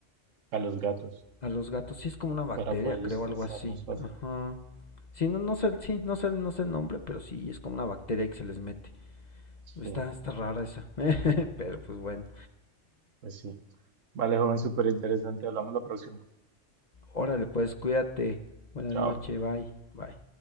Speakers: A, on the right; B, on the left.
A: a los gatos
B: A los gatos, sí es como una bacteria,
A: para poderlos
B: creo,
A: cazar
B: algo así.
A: más fácil.
B: Ajá. Sí, no, no sé, sí, no sé, no sé el nombre, pero sí es como una bacteria que se les mete.
A: Sí,
B: Está, está rara esa. <laughs> Pero pues bueno.
A: pues sí. Vale, joven, súper interesante. Hablamos la próxima.
B: Órale, pues cuídate. Buenas
A: Chao.
B: noches, bye, bye.